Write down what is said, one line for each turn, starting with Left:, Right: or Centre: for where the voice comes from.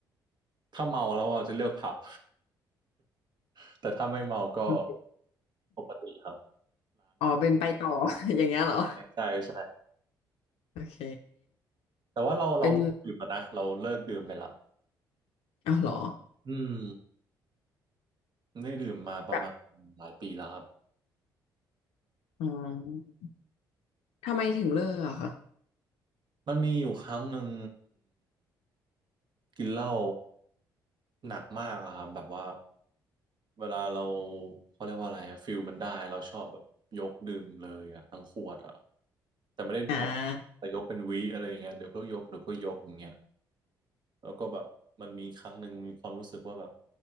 Right: ถ้าเมาแล้วอ่ะจะเลือกผับ <laughs> แต่ถ้าไม่เมาก็
Left: โอเค
Right: ปกติครับ
Left: อ๋อเป็นไปต่อ <laughs> อย่างเงี้ยเหรอ
Right: ใช่ใช่
Left: โอเค
Right: แต่ว่าเราเราไม่ดื่มแล้วนะเราเลิกดื่มไปละ
Left: เป็นเอาเหรอ
Right: อืมไม่ได้ดื่มมาประมาณหลายปีแล้วครับ
Left: แบบอ๋อทำไมถึงเลิกอะคะ
Right: มันมีอยู่ครั้งหนึ่ง กินเหล้าหนักมากอะครับแบบว่าเวลาเราเขาเรียกว่าอะไรอะฟิลมันได้เราชอบแบบยกดื่มเลยอะทั้งขวดอะแต่ไม่ได้หมดแต่ยกเป็นวิอะไรอย่างเงี้ยเดี๋ยวก็ยกเดี๋ยวก็ยกอย่างเงี้ย
Left: อ่า
Right: แล้วก็แบบมันมีครั้งหนึ่งมีความรู้สึกว่าแบบ